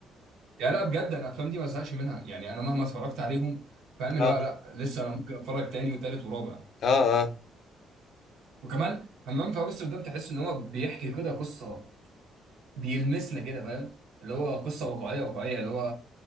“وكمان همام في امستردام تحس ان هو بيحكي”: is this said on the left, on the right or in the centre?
Right